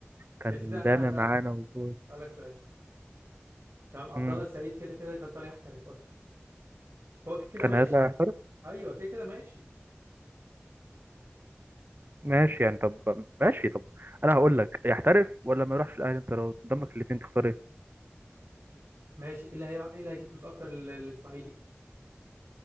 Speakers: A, on the right; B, on the right.
A: كان
B: يا سيدي انا
A: دايما
B: هسالك
A: معانا وزوي.
B: هسالك سؤال تمام عبد
A: مم.
B: الله السعيد كده كده كان طالع يحترف اصلا هو كده كده
A: كان
B: ماشي
A: هيطلع
B: ايوه كده كده ماشي
A: ماشي يعني طب ماشي طب انا هقول لك يحترف ولا ما يروحش الاهلي انت لو قدامك الاثنين تختار ايه
B: ماشي ايه اللي هي... ايه اللي هيجيب فلوس اكتر لل- للاسماعيلي